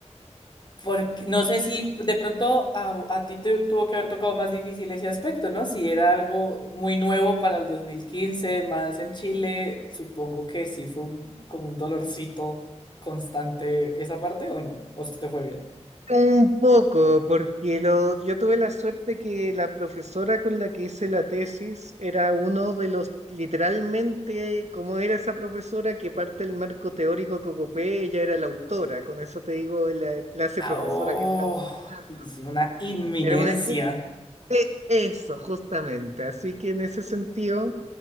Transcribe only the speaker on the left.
Porque, no sé si de pronto a, a ti te tuvo que haber tocado más difícil ese aspecto, ¿no? Si era algo muy nuevo para el 2015, más en Chile, supongo que sí fue un- como un dolorcito constante esa parte, ¿o no? ¿O se te fue bien?
Ah,
¡Oh!
Es una inminencia.